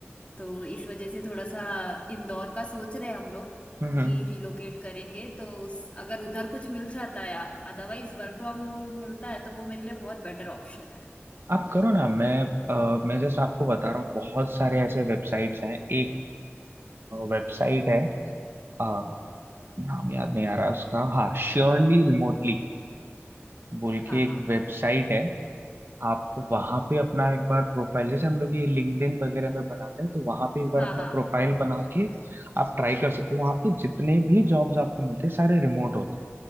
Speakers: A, on the left; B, on the right.
A: तो इस वजह से थोड़ा सा इंदौर का सोच रहे हैं हम लोग
B: हम्म
A: कि रिलोकेट करेंगे तो उस, अगर उधर कुछ मिल जाता है अदरवाइज वर्क फ्रॉम होम मिलता है तो वो मेरे लिए बहुत बेटर ऑप्शन है
B: आप करो ना मैं अ, मैं जस्ट आपको बता रहा हूँ बहुत सारे ऐसे वेबसाइट्स हैं एक वेबसाइट है अ, नाम याद नहीं आ रहा उसका हाँ श्योरली रिमोटली बोल
A: हाँ
B: के
A: हाँ
B: एक वेबसाइट है आप वहां पे अपना एक बार प्रोफाइल जैसे हम लोग ये लिंक्डइन वगैरह में बनाते हैं तो वहां पे एक बार
A: हाँ
B: अपना
A: हाँ
B: प्रोफाइल बना के आप ट्राई कर सकते हो वहां पे जितने भी जॉब्स आपको मिलते हैं सारे रिमोट होते हैं